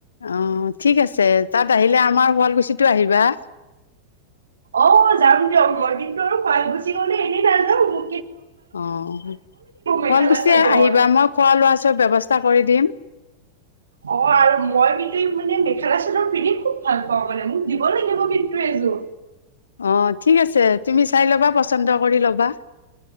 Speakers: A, on the left (about 70°); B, on the right (about 70°).
A: অহ', ঠিক আছে তাত আহিলে আমাৰ শুৱালকু চিটো আহিবা।
B: অহ, যাম দিয়ক মই কিন্তু আৰু শুৱালকুচি গ'লে এনে নাযাওঁ মো
A: অহ, শুৱালকুচি
B: মেখেলা চাদৰ।
A: আহিবা মই খোৱা লোৱা- চোৱা চব ব্যৱস্থা ৱস্থা কৰি দিম।
B: অহ, আৰু মই কিন্তু মানে মেখেলা -চাদৰ পিন্ধি খুব ভাল পাওঁ মানে মোক দিব লাগিব কিন্তু এযোৰ।
A: অহ, ঠিক আছে তুমি চাই ল'বা পচন্দ কৰি ল'বা।